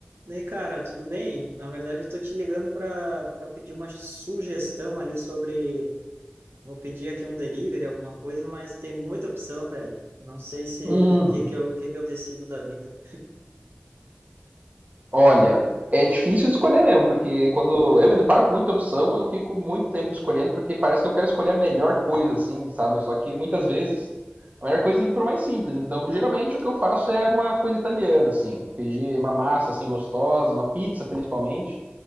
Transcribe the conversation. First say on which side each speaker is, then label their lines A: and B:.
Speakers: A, on the right; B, on the right.
A: E aí, cara, tudo bem? Na verdade, estou te ligando para para pedir uma sugestão ali sobre. Vou pedir aqui um delivery, alguma coisa, mas tem muita opção, velho. Não sei se
B: Hum,
A: que que eu que que eu decido da vida.
B: olha, é difícil escolher mesmo, porque quando eu me deparo com muita opção, eu fico muito tempo escolhendo, porque parece que eu quero escolher a melhor coisa, assim, sabe? Só que muitas vezes a melhor coisa é ir pro mais simples. Então, geralmente o que eu faço é alguma coisa italiana, assim, pedir uma massa assim gostosa, uma pizza principalmente,